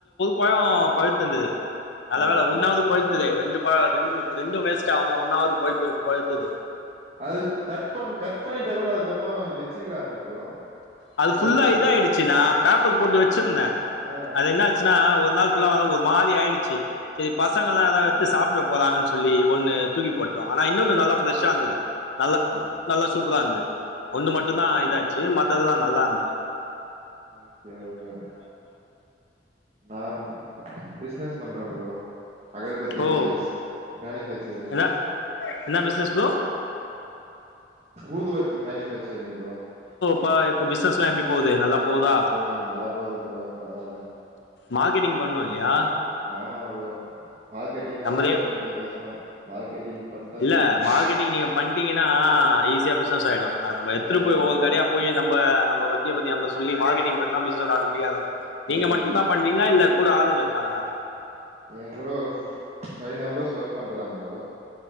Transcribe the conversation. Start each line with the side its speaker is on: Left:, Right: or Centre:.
Left: பழோ பழுத்துருந்தது நல்ல
Right: ஆ
Left: வேல
Right: ஆ.
Left: ஒன்னாவது பழுத்துதே ரெண்டு ப ரெண்டு ரெண்டும் வேஸ்ட் ஆவாம ஒன்னாவுது பழுத்து பழுத்தது
Right: அது கட் பண் கட் பண்ணிட்டா கூட அதுக்கப்புற வச்சுக்கலாமே ப்ரோ
Left: அது
Right: பழுத்துக்கு
Left: ஃபுல்லா இத ஆயிடுச்சு நா பேப்பர் போட்டு வச்சிருந்த
Right: ஆ
Left: அது என்ன ஆச்சுன்னா ஒரு நாள் ஃபுல்லா வந் ஒரு மாறி ஆயிடுச்சி செரி பசங்கல்லா ஏதாவ் எடுத்து சாப்ட்ற போறாங்கன் சொல்லி ஒண்ணு தூக்கி போட்டோ ஆனா இன்னொன்னு நல்லா ஃப்ரெஷ்ஷா இருந்துது நல்லா நல்லா சூப்பரா இருந்தது ஒண்ணு
Right: ஓகே
Left: மட்டுதான்
Right: ஓகே
Left: இதாச்சு மத்ததுல்லா நல்லா இருந்துது
Right: ஓகே ஓகே ப்ரோ நா பிஸ்னஸ் பண்ற ப்ரோ அகர்பத்தி
Left: ஓ
Right: பிஸ்னஸ் மேனுஃபேக்சரிங்
Left: என்ன என்ன பிசினஸ் ப்ரோ
Right: ஊது வத்தி மேனுஃபேக்சரிங் ப்ரோ
Left: பா இப்போ பிஸ்னஸ்ல்லா எப்டி போகுது நல்லா போகுதா
Right: ஆ ப்ரோ நல்லா போது ப்ரோ பரவால
Left: மார்க்கெட்டிங் பண்ணூ இல்லியா
Right: ஆமா ப்ரோ மார்க்கெட்டிங் தா
Left: நம்மதே
Right: ப்ரோ கொஞ்ச கஷ்டோ மார்க்கெட்டிங் பண்ட்டா
Left: இல்ல
Right: கொஞ்சோ ஈஸி
Left: மார்கெட்டிங்
Right: ப்ரோ
Left: நீங்க பண்டிங்க னா ஈஸியா பிஸ்னஸ் ஆய்டு அது நம எடுத்து
Right: ஆமா
Left: போய்
Right: ப்ரோ
Left: ஒவ்வொரு கடையா போய் நம்ப நம்ப வ <unintelligible> சொல்லி மார்கெட்டிங் பண்ணா பிஸ்னஸ் ஆடோமேடிகா இதாகும் நீங்க
Right: ஆமா
Left: மட்டுதா
Right: ப்ரோ
Left: பண்றீங்ளா இல்ல கூட ஆளுங்க இருக்காங்களா
Right: என் கூட ஃபைவ் நம்பர்ஸ் ஒர்க் பண்றாங்க ப்ரோ